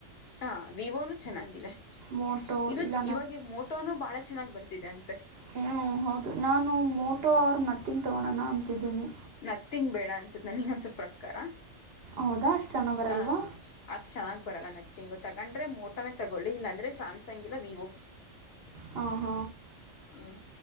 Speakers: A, on the left; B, on the right.
A: ಹಾ ವಿವೋನು ಚೆನ್ನಾಗಿದೆ
B: ಮೋಟೋ
A: ಇದು
B: ಇಲ್ಲ
A: ಇವಾಗ ಮೋಟೋನು ಬಾಳ ಚೆನ್ನಾಗಾಗಿ ಬರ್ತಿದೆ ಅಂತೆ
B: ಹ ಹೌದು ನಾನು ಮೋಟೋ ಅವರು ಮತ್ತಿಂಗ್ ತಗೋಳೋಣ ಅಂತಿದ್ದೀನಿ
A: ನ ತಿಂಗ್ ಬೇಡ ಅನ್ಸುತ್ತ ನನೊಸ ಪ್ರಕಾರ
B: ಹೌದಾ ಅಷ್ಟು ಚೆನ್ನಾಗಿ ಬರಲ್ವಾ
A: ಹ ಅಷ್ಟು ಚೆನ್ನಾಗಿ ಬರಲ್ಲ ನ ತಿಂಗು ತಗೊಂಡ್ರೆ ಮೋಟೋನೇ ತೊಗೊಳ್ಳಿ ಇಲ್ಲಾಂದ್ರರೆ ಸ್ಯಾಮ್ಸಂಗ ಇಲ್ಲ ವಿವೊ
B: ಹ ಹ
A: ಹ್ಮ್